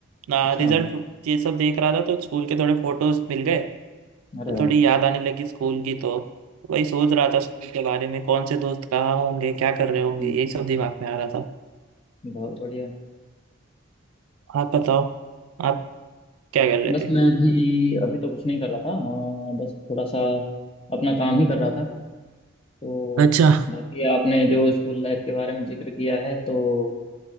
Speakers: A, on the right; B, on the left.
A: ना
B: अच्छा
A: रिजल्ट ये सब देख रहा था तो स्कूल के थोड़े फोटोज मिल गए
B: अरे
A: तो
B: वाह
A: थोड़ी याद आने लगी स्कूल की तो वही सोच रहा था स्कूल के बारे में कौन से दोस्त कहाँ होंगे क्या कर रहे होंगे
B: हम्म,
A: यही सब दिमाग में आ रहा था
B: बहुत बढ़िया
A: आप बताओ आप क्या कर रहे
B: बस
A: थे
B: मैं भी अभी तो कुछ नहीं कर रहा था अ, बस थोड़ा सा अपना काम ही कर रहा था तो
A: अच्छा
B: बाकी आपने जो स्कूल लाइफ के बारे में जिक्र किया है तो